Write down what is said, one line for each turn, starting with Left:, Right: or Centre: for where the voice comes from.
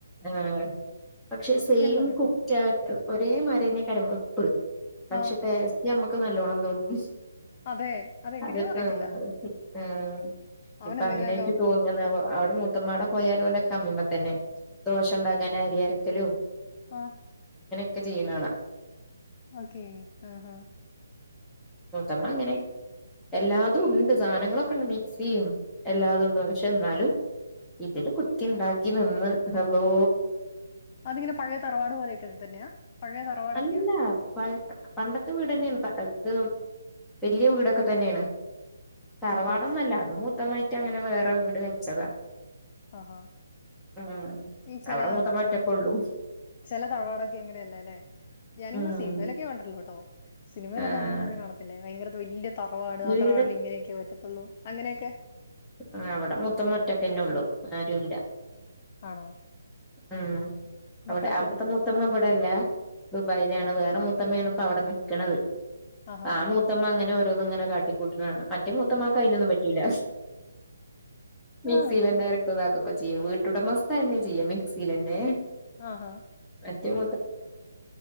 Centre: ആ പക്ഷെ സെയിം
Left: നല്ല
Centre: കു ഒരേ മരെ <unintelligible> പക്ഷ
Left: ആഹ്
Centre: ടേസ്റ്റ് ഞമ്മക്ക് ക്ക് നല്ലോണം തോന്നും
Left: അതെ അതെങ്ങനെയാന്ന്
Centre: അത്
Left: അറിയത്തില്ല.
Centre: ആ ആ
Left: അവൻ
Centre: ഇപ്പൊ
Left: എന്തെങ്കിലുമൊക്കെ
Centre: അങ്ങനായിട്ട് തോന്നുന്നുന്ന് അവിടെ മൂത്തുമ്മാട പോയാലും ഓലെ <unintelligible> തന്നെ ദോശ ഉണ്ടാക്കാൻ അരി അരക്കലും
Left: ആ
Centre: ഒക്കെ ചെയ്യുന്ന കാണാം
Left: ഓക്കെ ആ ആ
Centre: മൂത്തമ്മ അങ്ങനെ എല്ലാതും ഉണ്ട് സാധനങ്ങളൊക്കെണ്ട് മിക്സിം ചെയ്യും എല്ലാതും ഉണ്ട് പക്ഷെ എന്നാലും വീട്ടില് കുക്കി ഇണ്ടാക്കി നിന്ന് ഹലോ
Left: അതിങ്ങനെ പഴയ തറവാട് പോലെയൊക്കെ തന്നെയാ പഴയ തറവാടൊക്കെയാ
Centre: അല്ല പ പണ്ടത്തെ വീട്ന്നെയാണ് ഇത് വല്ല്യ വീടൊക്കെ തന്നെയാണ് തറവാടൊന്നുമല്ല
Left: ഓക്കെ ചേച്ചി
Centre: അതും മൊത്തമായിട്ട് അങ്ങനെ വേറെ- വെച്ചതാ
Left: ഹ ഹാ
Centre: ഉം
Left: ഈ ചില
Centre: അവിടെ മൂത്തമ്മ
Left: തറവാടുകള്,
Centre: ഒറ്റക്കൊള്ളൂ
Left: ചിലതറവാട്കലക്കേ അങ്ങനെലെ. ഞാനിങ്ങനെ
Centre: ഉം
Left: സിനിമേലേക്കെ കണ്ടോളു. <unintelligible> സിനിമലേക്കെ
Centre: ആഹ്
Left: നമ്മക്കിവല്യ ങ്ങനെ കാണത്തില്ലേ ഭയ്ങ്കര തറവാട്,
Centre: വീട്
Left: ആ തറവാട്ടിൽ ഇങ്ങനെയൊക്കെ പറ്റത്തോളു അങ്ങനെക്കെ
Centre: ആ അവടെ മൂത്തുമ്മ ഒറ്റകാല്ലോളു ആരൂല്ല.
Left: ആണോ
Centre: മം അവടെ
Left: മക്കളൊക്കെയോ
Centre: അവിടെത്തെ മൂത്തുമ്മ ഇവിടെ അല്ല, ദുബായിലാണ്. വേറെ മൂത്തുമേണ് ഇപ്പ അവിടെ നിക്കണത്.
Left: ആഹാ
Centre: ആ മൂത്തുമ്മ അങ്ങനെ എപ്പങ്ങനെ കാട്ടികുട്ടണ്ണാണ് മൂത്ത മാക്ക് അയിനൊന്നും പറ്റൂല മിക്സീലന്നെ
Left: ആഹ് ഓക്കെ
Centre: <unintelligible> ക്കൊ ചെയ്യും. വീട്ടുടമസ്ഥന്നെ ചെയ്യും മിക്സീലന്നെ
Left: ആഹാ
Centre: <unintelligible> <unintelligible> <unintelligible> <unintelligible> തും